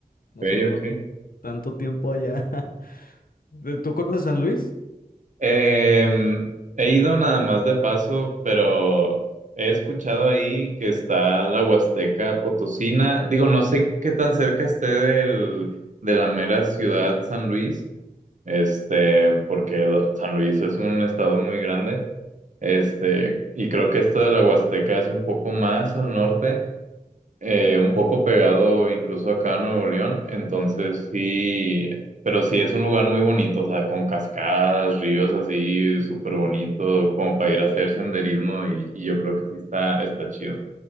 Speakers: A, on the left (about 75°); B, on the right (about 55°).
A: No
B: ok,
A: sé qué va
B: ok.
A: tanto tiempo allá. <laughs> ¿De- ¿Tú conoces San Luis?
B: Em, he ido nada más de paso, pero he escuchado ahí que está la Huasteca Potosina. Digo, no sé qué tan cerca esté del, de la mera ciudad San Luis, este, porque lo- San Luis es un estado muy grande, este, y creo que esto de la Huasteca es un poco más al norte eh, un poco pegado incluso acá a Nuevo León, entonces sí, pero sí es un lugar muy bonito, o sea, con cascadas, ríos así, súper bonito, como para ir a hacer senderismo y, y yo creo que sí está, está chido.